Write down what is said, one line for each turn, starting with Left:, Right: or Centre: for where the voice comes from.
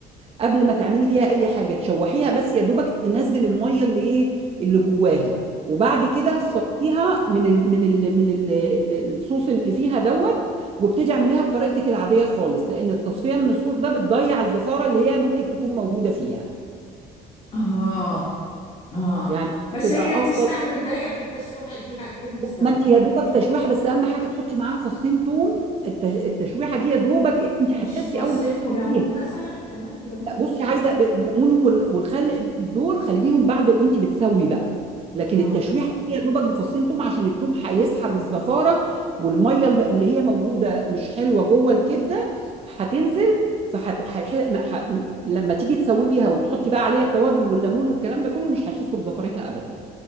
Right: قبل ما تعملي فيها أي حاجة، تشوّحيها بس يا دوبك تنزّل المَيّة اللي إيه، اللي جواها، وبعد كده صفّيها من ال من ال من ال ال الصوص اللي فيها دوّة، وابتدي اعمليها بطريقتِك العادية خالص، لإن التصفية من الصوص ده بتضيّع الزفارة اللي هي ممكن تكون موجودة فيها.
Left: اه اه
Right: يعني
Left: بس
Right: تبقى
Left: هي تستحمل
Right: افضل
Left: ده هي في التشويحه دي هتكون استوت
Right: ما انت يا دوبك تشويحه بس اهم حاجه تحطي معاها فصين توم التش... التشويحه دي يا دوبك انت
Left: مش
Right: هتحسي
Left: فصين
Right: اول ما
Left: وليمون
Right: تاكليها
Left: مثلا كمان ليمون
Right: لا، بصي
Left: ولا
Right: عايزه ب- الليمون وال- والخل دول خليهم بعد وانت بتسوي بقى لكن
Left: اه
Right: التشويحه دي يا دوبك بفصين توم عشان التوم هيسحب الزفاره والميه الب- اللي هي موجوده مش حلوه جوه الكبده هتنزل فحت... هيح... ما- ح... لما تيجي تسويها وتحطي بقى عليها التوابل والليمون والكلام ده كله مش هيحسوا بزفرتها ابدا